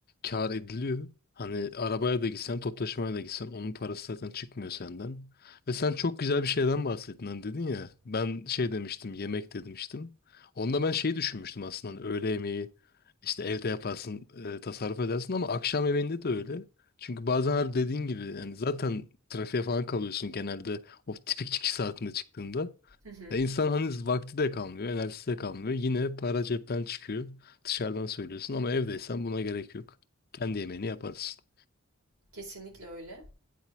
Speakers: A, on the left; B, on the right.
A: kar ediliyor. Hani arabaya da gitsen, toplu taşımaya da gitsen onun parası zaten çıkmıyor senden. Ve sen çok güzel bir şeyden bahsettin hani dedin ya. Ben şey demiştim, yemek de demiştim. Onda ben şeyi düşünmüştüm aslında hani öğle yemeği işte evde yaparsın, e, tasarruf edersin ama akşam yemeğinde de öyle. Çünkü bazen her dediğin gibi yani zaten trafiğe falan kalıyorsun genelde o tipik çıkış saatinde çıktığında.
B: Hı hı.
A: Ya insan hani vakti de kalmıyor, enerjisi de kalmıyor. Yine para cepten çıkıyor. Dışarıdan söylüyorsun ama evdeysen buna gerek yok. Kendi yemeğini yaparsın.
B: Kesinlikle öyle.